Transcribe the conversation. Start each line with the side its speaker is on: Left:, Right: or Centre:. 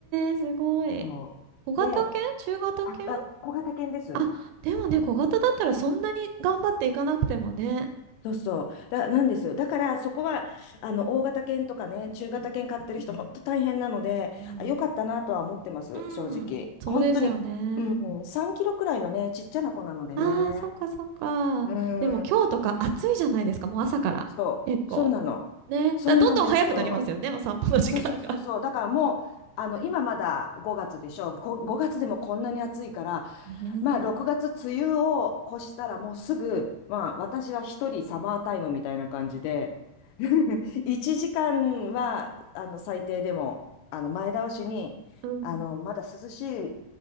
Right: ー、すごい。
Left: そう。
Right: 小型犬中型犬
Left: で、あ、あ、小型犬です。
Right: あ、でもね、小型だったらそんなに頑張っていかなくてもね。
Left: そうそう。だ、なんですよ。だから、そこは、あの、大型犬とかね、中型犬飼ってる人、本当大変なので、
Right: うん。
Left: あよかったなとは思ってます、
Right: うん、
Left: 正直。
Right: そうですよね。
Left: 本当に、うん、3キロくらいのね、ちっちゃな子なのでね。
Right: ああ、そっかそっか。
Left: うん、
Right: でも今日とか暑いじゃないですか、もう朝から。
Left: そう、
Right: 結構。
Left: そうなの。
Right: ね。
Left: そうなんですよ。
Right: だからどんどん早くなりますよね、お散歩の時間が。
Left: そうそうそうそう。だからもう、あの、今まだ5月でしょ。こ5月でもこんなに暑いから、
Right: うんね。
Left: まあ6月梅雨を越したらもうすぐ、まあ私は一人サマータイムみたいな感じで、<laughs> 1時間は、あの、最低でも、あの、前倒しに、
Right: うん。
Left: あの、まだ涼しい、